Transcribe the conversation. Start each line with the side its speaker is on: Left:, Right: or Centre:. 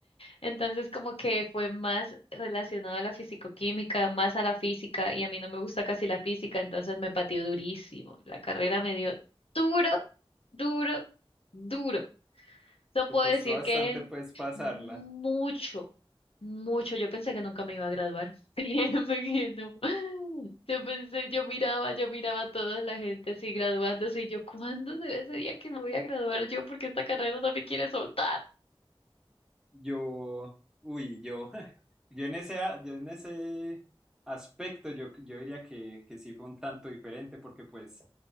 Left: Entonces como que fue más relacionado a la físico-química, más a la física, y a mí no me gusta casi la física, entonces me pateó durísimo. La carrera me dio duro, duro, duro. Eso
Centre: te
Left: puedo
Centre: costó
Left: decir
Centre: bastante
Left: que
Centre: pues pasarla.
Left: mucho, mucho. Yo pensé que nunca me iba a graduar. <laughs> Créeme que no. Yo pensé, yo miraba, yo miraba a toda la gente así graduándose y yo, ¿cuándo será ese día que me voy a graduar yo? Porque esta carrera no me quiere soltar.
Centre: Yo, uy, yo, <laughs> yo en ese, a- yo en ese aspecto, yo, yo diría que, que sí fue un tanto diferente, porque pues